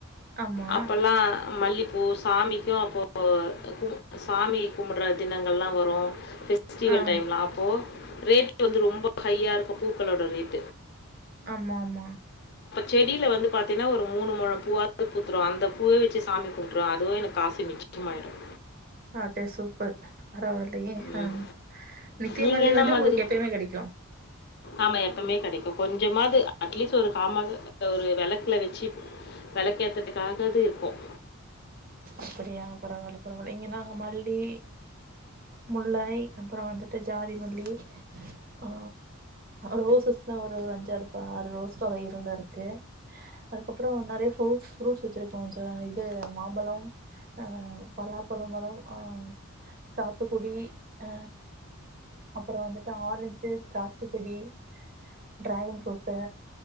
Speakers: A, on the right (about 40°); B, on the left (about 50°).
A: ஆமா
B: அப்பல்லா மல்லிப் ஓ சாமிக்கும் அப்போ கூ சாமி கும்டுற தினங்கள்லா வரும் ஃபெஸ்டிவல்
A: ஆ
B: டைம்லா அப்போ ரேட் வந்து ரொம்ப ஹையாருக்கும் பூக்களோட ரேட்டு
A: ஆமாம்மா
B: செடியில வந்து பாத்தேனா ஒரு மூணு முழோ பூவாவது பூத்துரும் அந்த பூவே வச்சு சாமி கும்ட்டுருவ அதுவே எனக் காசு மிச்சமாய்டும்
A: ஆட்டே சூப்பர் பரவாலையே
B: ம்
A: ஆ நித்தியமல்லி
B: நீங்கள் என்ன
A: வந்து
B: மாதிரி
A: உங்ளுக் எப்பயுமே கெடைக்கும்
B: ஆமா எப்பமே கெடைக்கும் கொஞ்சமாது அட்லீஸ்ட் ஒரு காமக ஒரு விளக்குல வச்சி விளக்க ஏத்ததுக்காகாது இருக்கும்
A: அப்படியா பரவால பரவால இங்க நாங்க மல்லி முல்லை அப்றோ வந்துட்டு ஜாதிமல்லி ஆ ரோசஸ் லா ஒரு அஞ்சாறு ஆறு ரோஸ் அதுல இருந்தருக்கு அதுக்கப்றோ நறைய ஃப்ரூட்ஸ் ஃப்ரூட்ஸ் வச்சிருக்கோ கொஞ்சோ இது மாம்பழோ அ பலாப்பழோ மரோ ஆ சாத்துக்குடி அ அப்றோ வந்துட்டு ஆரஞ்சு திராட்ச செடி டிராகன் ஃப்ரூட்டு்